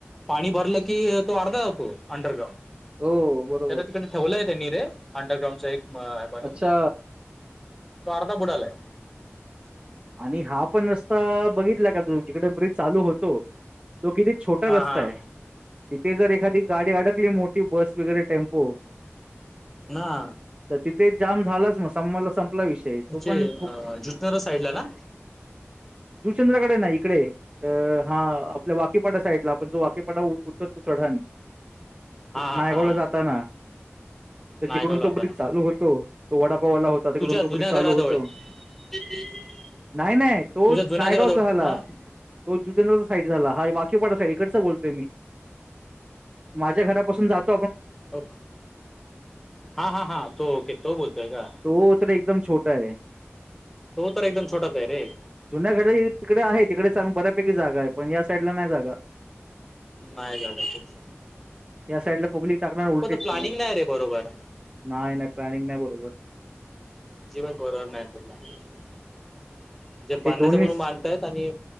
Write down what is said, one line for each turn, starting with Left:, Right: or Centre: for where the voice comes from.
Centre: पाणी भरलं की तो अर्धा होतो अंडरग्राउंड
Right: हो बरोबर
Centre: त्याला तिकडनं ठेवलंय त्यांनी रे अंडरग्राउंडचा एक म बणून
Right: अच्छा
Centre: तो अर्धा बुडाला आहे.
Right: आणि हा पण रस्ता बघितला का तू, जिकडं ब्रिज चालू होतो तो किती छोटा
Centre: हा
Right: रस्ता
Centre: हा
Right: आहे, तिथे जर एखादी गाडी अडकली मोठी बस वगैरे टेम्पो
Centre: हा,
Right: तर तिथे जाम झालाचं म संमला संपलाच विषय.
Centre: तिचे
Right: तो पण खूप
Centre: अं शिवचंद्र साईड ला ना?
Right: शिवचंद्राकडे नाही इकडे अ हा आपल्या वाकीपाटा साइडला, आपण जो वाकीपाटा उतरतो तो चढण.
Centre: हा
Right: ते नायगावला
Centre: हा हा
Right: जाताना. त
Centre: नायगावला
Right: जिकडून तो
Centre: होता
Right: ब्रिज
Centre: ना
Right: चालू होतो, तो वडापावाला होता तिकडून
Centre: तुझ्या जुन्या
Right: तो ब्रिज चालू
Centre: घराजवळ
Right: होतो
Centre: <inaudible>
Right: नाही, नाही तो
Centre: तुझ्या जुन्या
Right: नायगावचा
Centre: घराजवळ
Right: झाला.
Centre: मग
Right: तो जुसेेंद्रचा साइड झाला हा वाकीपाडा साईडकडचं बोलतोय मी. माझ्या घरापासून जात
Centre: ओक हा, हा, हा तो ओके तो बोलतोय का?
Right: तो तर एकदम छोट्या.
Centre: तो तर एकदम छोटाचं आहे रे.
Right: जुन्याघरी तिकडे आहे, तिकडे सांग बऱ्यापैकी जागा आहे, पण या साईडला नाही जागा.
Centre: माय जागा तेच.
Right: या साईडला पब्लिक टाकणार उलटे तु
Centre: प्लॅनिंग नाही रे बरोबर
Right: नाय नाय प्लॅनिंग नाय बरोबर.
Centre: अजिबात बरोबर नाही बघ प्लॅनिंग, जग बांधायच
Right: ते दोन्ही
Centre: म्हणून बांध तायत आणि